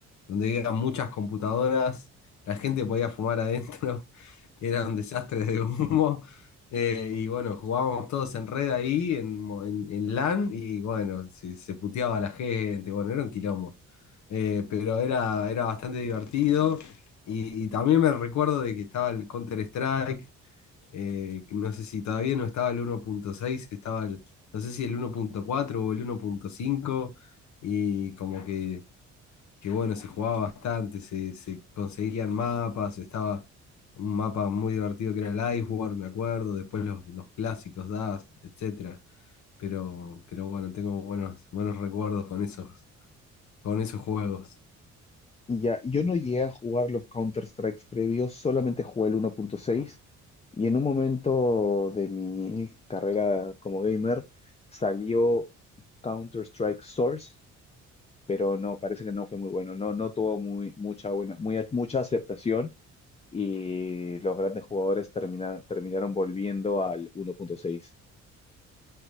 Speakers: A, on the left; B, on the left.
A: donde había muchas computadoras, la gente podía fumar adentro, <laughs> era un desastre de humo. eh, y bueno, jugábamos todos en red ahí, en, mo- en- en LAN, y bueno, se, se puteaba a la gente, bueno, era un quilombo. Eh, pero era, era bastante divertido. Y, y también me recuerdo de que estaba el Counter-Strike, eh, que no sé si todavía no estaba el 1.6, estaba el, no sé si el 1.4 o el 1.5, y como que que bueno, se jugaba bastante, se, se conseguían mapas, estaba un mapa muy divertido que era el Iceworld, me acuerdo, después los, los clásicos DAS, etcétera. Pero, pero bueno, tengo buenos, buenos recuerdos con esos, con esos juegos.
B: Y ya, yo no llegué a jugar los Counter-Strikes previos, solamente jugué el 1.6 y en un momento de mi carrera como gamer salió Counter-Strike Source, pero no, parece que no fue muy bueno, no, no tuvo muy, mucha, buena, muy, mucha aceptación y los grandes jugadores termina- terminaron volviendo al 1.6.